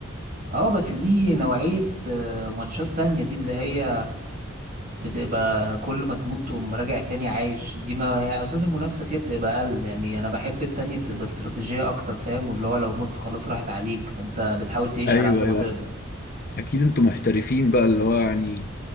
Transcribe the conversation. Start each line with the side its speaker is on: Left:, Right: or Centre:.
Right: اه بس دي نوعية آه، ماتشات تانية دي اللي هي بتبقى كل ما تموت تقوم راجع تاني عايش دي ما يعني اظن المنافسه فيها بتبقى اقل يعني انا بحب التانية بتبقى استراتيجيه اكتر فاهم واللي هو لو مت خلاص راحت عليك فانت بتحاول تعيش
Left: ايوه
Right: على قد ما
Left: ايوه
Right: تقدر
Left: اكيد انتوا محترفين بقى اللي هو يعني